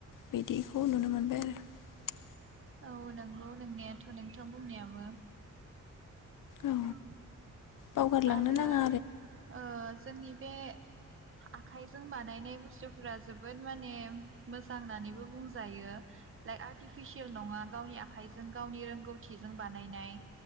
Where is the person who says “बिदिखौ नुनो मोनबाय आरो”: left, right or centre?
Left